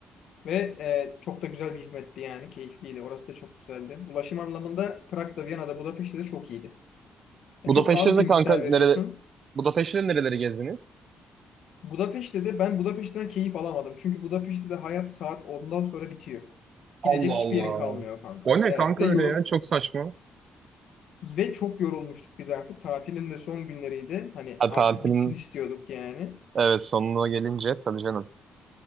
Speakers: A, on the left; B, on the right.
A: Ve e, çok da güzel bir hizmetti yani. Keyifliydi. Orası da çok güzeldi. Ulaşım anlamında Prag'da, Viyana'da, Budapeşte de çok iyiydi. Yani
B: Budapeşte'de
A: çok az bir
B: de
A: miktar
B: kanka nere
A: veriyorsun.
B: Budapeşte'de nereleri gezdiniz?
A: Budapeşte de ben Budapeşte'den keyif alamadım. Çünkü Budapeşte'de hayat saat ondan sonra bitiyor. Gidecek
B: Allah
A: hiçbir
B: Allah.
A: yerin kalmıyor kanka.
B: O ne
A: Evet.
B: kanka
A: Ve yor
B: öyle ya? Çok saçma.
A: Ve çok yorulmuştuk biz artık. Tatilin de son günleriydi. Hani
B: Ha,
A: artık
B: tatilin
A: bitsin istiyorduk yani.
B: evet sonuna gelince tabii canım.